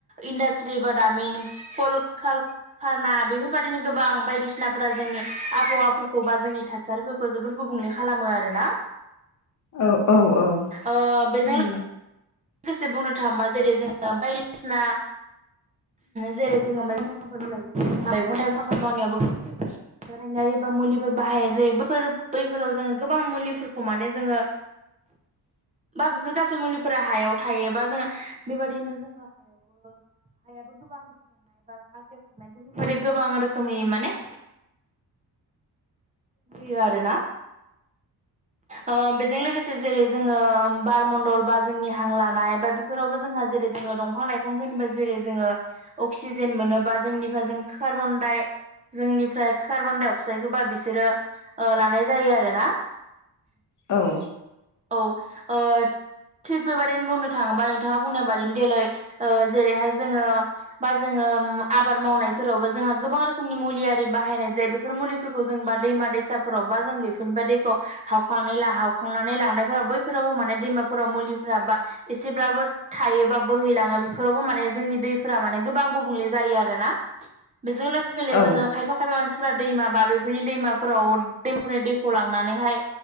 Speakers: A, on the right; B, on the left.
A: इन्डास्ट्रि बा दामिन कल कालखाना बेफोर बायदिनो गोबां बायदिसिनाफोरा जोंनि आबहावाफोरखौ बा जोंनि थासारिफोरखौ जोबोर गुबुंले खालामो आरोना।
B: औ औ औ
A: ओ बेजों
B: थारैनो।
A: लोगोसे बुंनो थाङोबा जेरै जोङो बायदिसिना जेरै जोङो मैगं थाइगं आबाद मावनाय जायो मैगं थाइं आबाद मावनायाबो <unintelligible> मुलिफोर बाहायनाय जायो बैफोर बैफोराव जोङो गोबां मुलिफोरखौ माने जोङो
B: <inaudible>
A: बा बेफोर गासै मुलिफोरा हायाव थायोबा जोङो बेबायादिनो जोङो हायावबो। हायाबो गोबां गेबेंनाय बा हा गेबेंनाय बेफोरबदि गोबां रोखोमनि माने होयो आरोना अ बेजों लोगोसे जेरै जोङो बारमण्डल बा जोंनि हां लानाय बा बेफोरावबो जोंहा जेरै जोङो दंफां लाइफांफोरनि जेरै जो असिजेन मोनोबा जोंनिफ्राय जों कार्बन डाइ जोंनिफ्राय कार्बन डाइ अक्साइद होबा बिसोरो ओ-लानाय जायो आरोना।
B: औ
A: औ अ थिग बेबादिनो बुंनो थाङोबा नोंथाङा बुंनाय बादिनो देलै ओ-जेरैहाय जोङो बा जोङो। उम आबाद मावनायफोरावबो जोंहा गोबां रोखोमनि मुलि आरि बाहायनाय जायो बेफोर मुलिफोरखौ जों बार दैमा दैसाफोराव बा जों बेफोरनिफ्राय दैखौ हावखां हावखांनानै लांनायफोराव बैफोरावबो माने दैमा बबा मायफोराव मुलिफोरा बा एसेब्लाबो थायोबा बोहैलाङो बेफोराव मान जोंनि दै फोर माने गोबां गुबुंले जायो आरो ना। बेजों लोगो <unintelligible>
B: औ
A: जोङो खायफा खायफा मानसिफोरा दैमा बा बेफोरनि दैमा फोराव दैमाफोरनि दैखौ लांनानैहाय